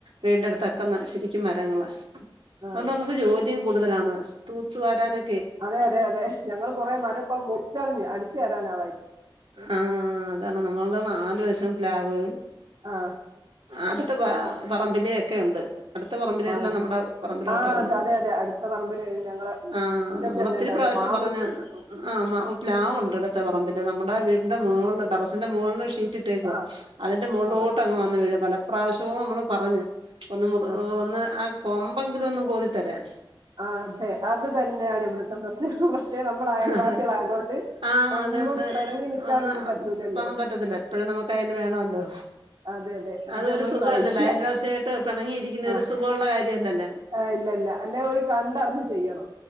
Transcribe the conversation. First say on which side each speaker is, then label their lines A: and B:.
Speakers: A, on the right (about 75°); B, on the right (about 50°).
A: വീട്ന്റെ അടുത്തൊക്കെ ന്ന ശരിക്കും മരങ്ങള
B: ആ
A: അതൊ മ്മക്ക് ജോ യും കൂടുതലാണ് തൂത്തു വാരാനൊ
B: അതെ അതെ അതെ ഞങ്ങള് കൊറേ മര പ്പ മുറിച്ചെറിഞ് അടിച്ചു വാരാനാവായി
A: ഹാ അതാണ് നമ്മൾത് നാ ല് വശം പ്ലാവ്
B: ആ
A: അടുത്ത പ പറമ്പിലൊക്കെയുണ്ട് അടുത്ത പറമ്പിലെല്ലാം
B: ആ
A: നമ്മുടെ പറമ്പിലോട്ടാ
B: ആ
A: വര
B: ത- അതെ അതെ അടുത്ത പറമ്പില് ഞങ്ങളെ
A: ആഹ്
B: മുറ്റത്ത്
A: നമ്മളൊ
B: തന്നെ
A: ത്തിരി
B: ഉണ്ട് ഒരു
A: പ്രാശ്യം
B: മാവ്
A: വെറക് ആ മാവ് പ്ലാവുണ്ട് ട്ത്തെ പറമ്പില് നമ്മുടെ വീ വീടിന്റെ മോളില് ടെറസിന്റെ മുകളിൽ ഷീറ്റ് ഇട്ടേക്കുവാ
B: ആ
A: അതിന്റെ മുകളിലോട്ട്
B: ആ
A: അങ്ങ് വന്ന് പലപ്രാവശ്യവും നമ്മള് പറഞ്ഞു ഒന്ന്
B: ഉം
A: ഒന്ന് ആ കൊമ്പെങ്കിലും ഒന്ന് കോതിത്തരാൻ
B: ആഹ് അതെ അത് തന്നെയാണ് ഇവിടുത്തെ പ്രശ്നങ്ങൾ പക്ഷെ നമ്മൾ അയൽവാസികളായതുകൊണ്ട്
A: അതെ ആഹ്
B: ഒന്നും
A: അതോണ്ട്
B: പിടങ്ങി നിൽക്കാനൊന്നും
A: ഒന്ന്
B: പറ്റൂലല്ലോ
A: പോകാൻ പറ്റത്തില്ല എപ്പോഴും നമുക്ക് അയൽ വേണല്ലോ
B: അതെ അതെ അത്
A: അതൊരു
B: നമ്മൾ
A: സുഖല്ലല്ലോ
B: സഹിക്കുക
A: അയൽവാസിയായിട്ട് പിണങ്ങിയിരിക്കുന്നെ
B: ആ
A: ഒരു സുഖമുള്ള കാര്യമല്ലല്ലോ
B: ആ ഇല്ലല്ല അല്ലെ ഓര് കണ്ടറിഞ്ഞ് ചെയ്യണം